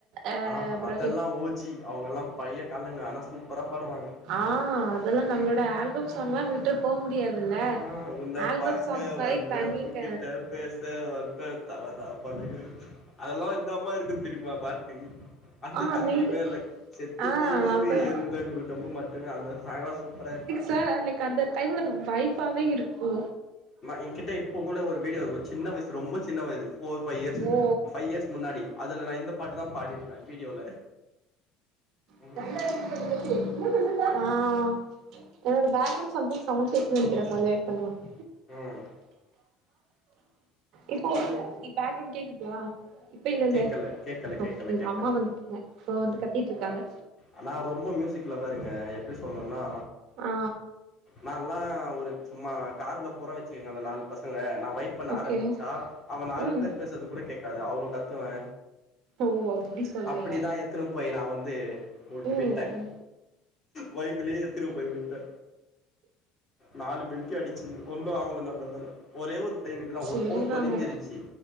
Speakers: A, on the right; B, on the left.
A: அ
B: ஆ ஹ
A: அப்றோ
B: அதெல்லா
A: ஹிப்
B: ஓஜி அவுங்கல்லா பழைய காலங்க ஆனா சூப்பரா பாடுவாங்க
A: ஆ அதல்லா நம்ளோட ஆல்பம் சாங்கெல்லா விட்டு போ முடியாதுல்ல
B: நா உன்ன
A: ஆல்பம்
B: பாக்க
A: சாங்ஸ்னாலே
B: வந்தே
A: தனி
B: உங்கிட்ட
A: க
B: பேச வந்தே தவறா பண்ணுங்க அதல்லா இன்னாமா இருக்குன் தெரிமா பாட்டு அந்த
A: ஆ
B: கத்திமேல
A: நீ
B: செத்து
A: ஆ
B: போவது
A: அப்ப
B: எந்தன் உடம்பு மட்டுமே அந்த சாங்லா சூப்பரா இருக்
A: சார் லைக் அந்த டைம்ல அது வைபாவே இருக்கு
B: மா எங்கிட்ட இப்போ கூட ஒரு வீடியோ இருக்கு சின்ன வய்சு ரொம்ப சின்ன வயது ஃபோர் ஃபைவ் இயர்ஸ்
A: ஓ
B: ஃபைவ் இயர்ஸ் முன்னாடி அதுல நா இந்த பாட்டுதா பாடிருப்பே வீடியோல ம்
A: ஆ என்னோட பேக்ரவுண்ட் சம்திங்க்ஸ் சவுண்ட் கேக்குதுன் நெனக்கிறே கொஞ்சோ வெயிட் பண்ணுங்க <inaudible>
B: ம்
A: இப்போ ஓ பேக்ரவுண்ட் கேக்குதா இப்ப இல்லல்ல
B: கேக்கல கேக்கல கேக்கல
A: ஓகே எங்க
B: கேக்கல
A: அம்மா வந்துட்டாங்க இப்ப வந்து கத்திட்ருக்காங்க
B: ஆனா ரொம்ப மியூசிக்ல பாருங்க எப்டி சொல்ணுனா
A: ஆ
B: நால்லா ஒரு பிஸ் சும்மா கார்ல போற வச்சுக்கங்ளே நாலு பசங்க நா வைட் பண்ண
A: ஓகே
B: ஆரம்பிச்சா அவ நாலு
A: ம்
B: பேர் பேசர்து கூட கேக்காது அவ்ளோ கத்துவே
A: ஓ அப்டி சொல்றீங்க
B: அப்டிதா எத்துனு போய் நா வந்து வு
A: ம்
B: விட்டே வைபுலே எத்துனு போய் விட்டே நாலு பெல்ட்டி அடிச்சுது ஒன்னு ஆவுல நல்ல வேல ஒரே ஒரு பையனுக்குதா
A: சேரிதாங்க
B: ஒரு ஃபோன் தொலஞ்சிருச்சு